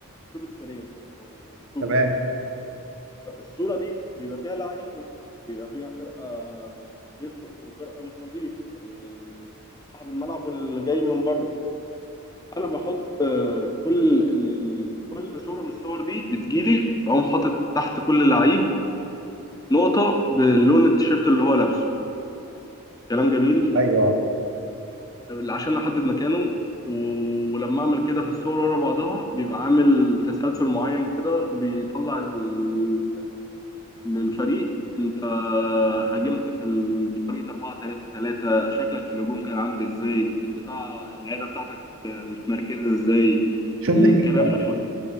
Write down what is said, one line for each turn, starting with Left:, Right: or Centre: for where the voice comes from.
Left: صورة فريم او صورة
Right: تمام
Left: الصورة دي بيبقى فيها لعيبة بيبقى فيها فرقة ضيف وفرقة مستضيف ال- صاحب الملعب واللي جاي من بره انا بحط آه، كل ال... ال... كل صوره من الصور دي بتجيلي بقوم حاطط تحت كل لعيب نقطه بلون التيشيرت اللي هو لابسه كلام جميل
Right: ايوه اه.
Left: عشان احدد مكانه ولما اعمل كده في الصور ورا بعضها بيبقى عامل تسلسل معين كده بيطلع ال... للفريق انت هاجمت في ال... بطريقه 4 3 3 شكلك في الهجوم كان عامل ازاي في الدفاع اللعيبه بتاعتك متمركزه ازاي
Right: شغل
Left: الكلام
Right: فيفا
Left: ده